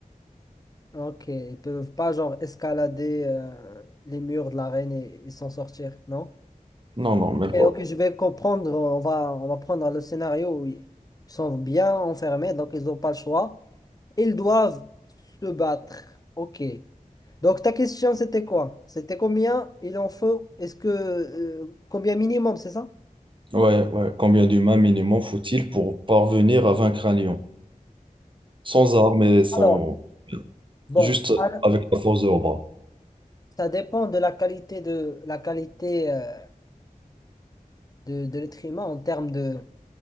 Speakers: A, on the left (about 25°); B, on the right (about 35°).
A: Ok, ils peuvent pas genre escalader euh, les murs de l'arène et, et s'en sortir, non?
B: Non, non, même
A: Ok,
B: pas.
A: ok, je vais comprendre. On va, on va prendre le scénario où ils sont bien enfermés, donc ils n'ont pas le choix. Ils doivent se battre. Ok. Donc ta question, c'était quoi? C'était combien il en faut? Est-ce que euh, combien minimum, c'est ça?
B: Ouais, ouais. Combien d'humains minimum faut-il pour parvenir à vaincre un lion? Sans armes et sans...
A: Alors, bon,
B: Juste
A: alors,
B: avec la force de leurs bras.
A: ça dépend de la qualité de la qualité. euh, de, de l'être humain en termes de,